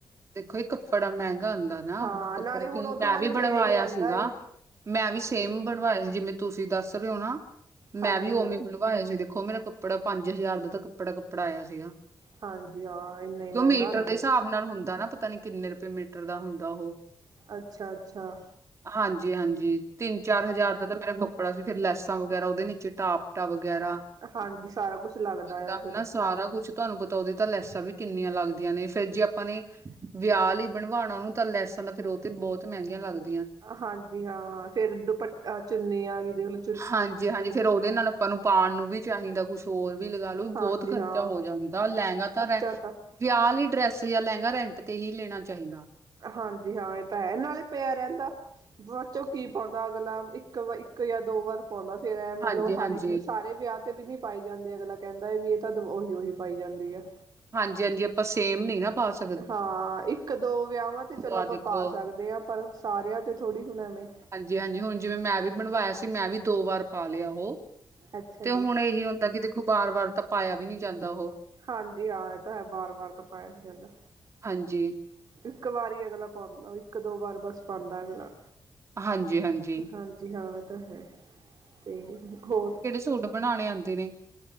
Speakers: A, on the right; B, on the right.
A: ਦੇਖੋ ਏ ਕਪੜਾ ਮੈਂਗਾ ਆਦਾ। ਹਨਾ
B: ਹਾਂ
A: ਕੱਪੜੇ
B: ਨਾਲੇ ਹੁਣ ਉਹ
A: ਮੈਂ
B: ਤੋਂ ਬਾਅਦ
A: ਵੀ
B: ਪਿਆ
A: ਬਣਵਾਇਆ
B: ਹੀ ਰਹਿੰਦਾ
A: ਸੀਗਾ,
B: ਏ
A: ਮੈਂ ਵੀ
B: ਅੱਛਾ
A: ਸੇਮ
B: ਜੀ
A: ਬਣ ਬਵਾ ਜਿਵੇਂ ਤੁਸੀਂ ਦੱਸ ਰਹੇ ਹੋ ਨਾ,
B: ਹਾਂਜੀ
A: ਮੈਂ ਵੀ
B: ਹਾਂ
A: ਉਵੇ ਬ ਵਾਇਆ ਸੀ ਦੇਖੋ ਮੇਰਾ ਕੱਪੜਾ ਪੰਜ ਹਜ਼ਾਰ ਦਾ ਤਾਂ ਕੱਪੜਾ ਕੱਪੜਾ ਆਇਆ ਸੀਗਾ।
B: ਹਾਂਜੀ ਆ ਇੰਨਾ ਈ
A: ਕਿਉਂ
B: ਮੈਂਗਾ
A: ਮੀਟਰ
B: ਹੁੰਦਾ
A: ਦੇ ਹਿਸਾਬ
B: ਆ।
A: ਨਾਲ ਹੁੰਦਾ ਨਾ ਪਤਾ ਨੀ ਕਿੰਨੇ ਰੁਪਏ ਮੀਟਰ ਦਾ ਹੁੰਦਾ ਉਹ।
B: ਅੱਛਾ-ਅੱਛਾ।
A: ਹਾਂਜੀ-ਹਾਂਜੀ, ਤਿੰਨ-ਚਾਰ ਹਜ਼ਾਰ ਤ ਜ ਮੇਰਾ ਕਪੜਾ ਸੀ ਫੇਰ ਲੈਸਾਂ ਵਗੈਰਾ ਓਦੇ ਨ ਟਾਪਟਾ ਵਗੈਰਾ
B: ਹਾਂਜੀ ਸਾਰਾ ਕੁਛ ਲੱਗਦਾ
A: ਦਾ
B: ਆ
A: ਹਨਾ
B: ਫਿਰ।
A: ਸਾਰਾ ਕੁੱਛ ਤੁਆਨੂੰ ਪਤਾ ਓਦੀ ਤਾਂ ਲੈਸਾਂ ਵੀ ਕੇਨੀਆਂ ਲੱਗਦੀਆਂ ਨੇ ਫਿਰ ਜੇ ਆਪਾਂ ਨੇ ਵੇਆ ਲਈ ਬਣਵਾਣਾ ਓਨੂੰ ਤਾਂ ਲੈਸਾਂ ਦਾ ਫੇਰ ਓ ਤੇ ਬਹੁਤ ਮੈਂਗੀਆਂ ਲੱਗਦੀ
B: ਹਾਂਜੀ ਹਾਂ ਫੇਰ ਦੁਪਾ ਚੁੰਨੀ ਆ ਦੇਖ ਲੋ
A: ਹਾਂਜੀ-ਹਾਂਜੀ ਫੇਰ ਓਦੇ ਨਾਲ ਆਪਾਂ ਨੂੰ ਪਾਉਣ ਨੂੰ ਵੀ ਚਾਈਦਾ ਕੁਛ ਹੋਰ ਵੀ ਲਗਾਲੋ ਬਹੁਤ
B: ਹਾਂਜੀ
A: ਖਰ
B: ਹਾਂ
A: ਚਾ ਹੋ ਜਾਂਦਾ ਲੈਗਾ ਤਾਂ ਰੈਂ
B: <unintelligible>
A: ਵੇਆ ਲਈ ਡਰੈਸ ਜਾਂ ਲੈਂਗਾ ਰੈਂਟ ਤੇ ਹੀ ਲੈਣਾ ਚਾਹੀਦਾ
B: ਹਾਂਜੀ ਹਾਂ ਏ ਤਾਂ ਹੈ ਨਾਲ ਹੀ ਪਿਆ ਰੈਂਦਾ ਬਾਚ ਕੀ ਪਾਉਂਦਾ ਅਗਲਾ ਇੱਕ ਵ ਇੱਕ ਜਾਂ ਦੋ ਵਾਰ ਪਾਉਂਦਾ ਫੇਰ ਐ ਮਲਬ
A: ਹਾਂਜੀ-ਹਾਂਜੀ,
B: ਹਰ ਇੱਕ ਸਾਰੇ ਵੇਆ ਤੇ ਵੀ ਨੀ ਪਾਈ ਜਾਂਦੇ ਅਗਲਾ ਕੈਂਦਾ ਵੀ ਇਹ ਤਾਂ ਉਹੀ ਉਹੀ ਪਾਈ ਜਾਂਦੀ ਆ।
A: ਹਾਂਜੀ-ਹਾਂਜੀ ਆਪਾਂ ਸੇਮ ਨੀ ਨਾ ਪਾ ਸ
B: ਹਾਂ ਇੱਕ ਦੋ ਵੇਆਵਾਂ ਤੇ ਚਲੋ
A: ਆ
B: ਆਪਾਂ
A: ਦੇਖੋ।
B: ਪਾ ਸਕਦੇ ਆ ਪਰ ਸਾਰੇਆਂ ਤੇ ਥੋੜੀ ਹੁਣ ਐਵੇਂ
A: ਹਾਂਜੀ-ਹਾਂਜੀ ਹੁਣ ਜਿਵੇਂ ਮੈਂ ਵੀ ਬਣਵਾਇਆ ਸੀ ਮੈਂ ਵੀ ਦੋ ਵਾਰ ਪਾ ਲੇਆ ਉਹ,
B: ਅੱਛਾ
A: ਤੇ
B: ਜੀ
A: ਹੁਣ ਏਹੀ ਹੁੰ ਦਾਂ ਕੇ ਦੇਖੋ ਬਾਰ-ਬਾਰ ਤਾਂ ਪਾਏਆ ਵੀ ਨੀ ਜਾਂਦਾ ਉਹ।
B: ਹਾਂਜੀ ਹਾਂ ਏ ਤਾਂ ਹੈ ਵਾਰ-ਵਾਰ ਤਾਂ ਪਾਇਆ ਜਾਂਦਾ।
A: ਹਾਂਜੀ।
B: ਇੱਕ ਵਾਰ ਈ ਅਗਲਾ ਪਾਉਂਦਾ ਇੱਕ-ਦੋ ਵਾਰ ਬਸ ਪਾਦਾ ਅਗਲਾ।
A: ਹਾਂਜੀ-ਹਾਂਜੀ
B: ਹਾਂਜੀ ਹਾਂ ਇਹ ਤਾਂ ਹੈ ਤੇ ਹੋਰ
A: ਝੁੱੰਡ ਬਣਾਣੇ ਆਂਦੇ ਨੇ